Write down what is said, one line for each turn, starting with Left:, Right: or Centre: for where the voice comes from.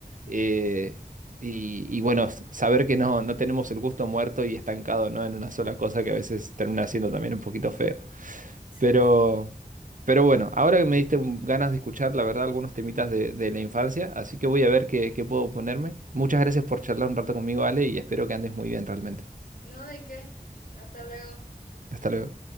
Right: Eh, y, y bueno, s- saber que no, no tenemos el gusto muerto y estancado, ¿no? en una sola cosa que a veces termina siendo también un poquito feo.
Left: sí,
Right: Pero,
Left: sí.
Right: pero bueno, ahora que me diste un- ganas de escuchar, la verdad, algunos temitas de, de la infancia, así que voy a ver qué, qué puedo ponerme. Muchas gracias por charlar un rato conmigo, Ale, y espero que andes muy bien realmente.
Left: No, ¿de qué? Hasta luego.
Right: Hasta luego.